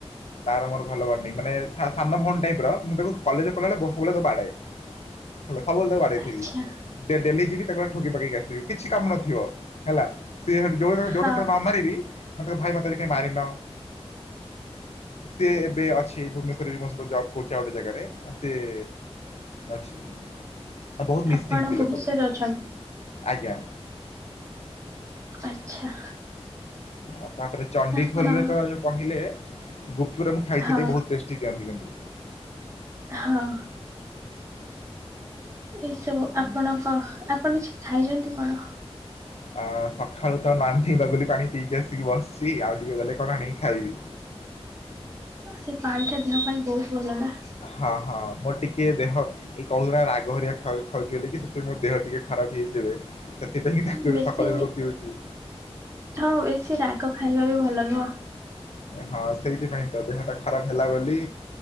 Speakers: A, on the left (about 75°); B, on the right (about 30°).
A: ତାର ମୋର ଭଲ ବଣ୍ଡିଙ୍ଗ୍ ମାନେ ସା-ସାନ ଭଉଣୀ ଟାଇପ ର ମୁଁ ତାକୁ କଲେଜରେ ପଢିଲା ବେଳେ ବ ସବୁବେଳେ ତାକୁ ବାଡାଏ ହେଲା ସବୁବେଳେ ତାକୁ ବାଡେଇଥିବି।
B: ଆଚ୍ଛା
A: ଡେ-ଡେଲି ଯିବି ତାକୁ ଆଁ ଠୋକିଁ ପକେଇ ଆସିବି କିଛି କାମ ନଥିବ ହେଲା। ସିଏ ସେଇଠୁ ଯୋଉ ଦିନ
B: ହଁ।
A: ଯୋଉ ଦିନ ତାକୁ ନ ମାରିବି ମୋତେ କହିବ ଭାଇ ମତେ ଆଜି କାହିଁ ମାରିନ? ସିଏ ଏବେ ଅଛି ଭୁବନେଶ୍ଵରରେ ବି ମୋ ସହିତ ଜବ। କରୁଚି ଆଉ ଗୋଟେ ଜାଗାରେ ଆ ସିଏ ଅଛି। ଆଉ ବହୁତ
B: ଆପଣ
A: ମିସିଙ୍ଗ ପିଲା
B: ଭୁବନେଶ୍ଵରରେ
A: ସବୁ
B: ଅଛନ୍ତି
A: ଆଜ୍ଞା।
B: ଆଚ୍ଛା।
A: ଆଉ ତାପରେ ଚଣ୍ଡିଖୋଲ
B: ଆପଣ
A: ରେ ତ ଯୋଉ କହିଲେ ଗୁପଚୁପ ଗୁରା ମୁଁ ଖାଇଚି
B: ହଁ
A: ସେଠି ବହୁତ ଟେଷ ତୀ କାଆନ୍ତି କିନ୍ତୁ।
B: ହଁ। ଏଇ ସବୁ ଆପଣଙ୍କ, ଆପଣ ଆଜି ଖାଇଚନ୍ତି କଣ?
A: ଆ ସକାଳୁ ତ ନାନ୍ଧି ବାଗୁଲି ପାଣି ପିଇକି ଆସିକି ବସିଛି। ଆଉ ଟିକେ ଗଲେ, କଣ ଆଣିକି ଖାଇବି।
B: ଆ, ସେ ପାଣିଟା ଦେହ ପାଇଁ ବହୁତ ଭଲ ନା।
A: ହଁ, ହଁ ମୋର ଟିକେ ଦେହ। ଏଇ, କହୁଥିଲି ରାଗ ହରିଆ ଖାଉ, ଖାଉଛି ବୋଲି କି ସେଥିପାଇଁ, ମୋ ଦେହ ଟିକେ ଖରାପ ହେଇଛି ଏବେ। ସେଥିପାଇଁ କି ତାକୁ
B: ବେଶୀ
A: ସକାଳୁ, ସକାଳୁ ଏବେ ପିଉଚି।
B: ହଁ, ବେଶୀ ରାଗ ଖାଇବା ବି ଭଲ ନୁହଁ।
A: ହଁ, ସେଇଥିପାଇଁ ତ ଦେହ ଟା ଖରାପ ହେଲା ବୋଲି,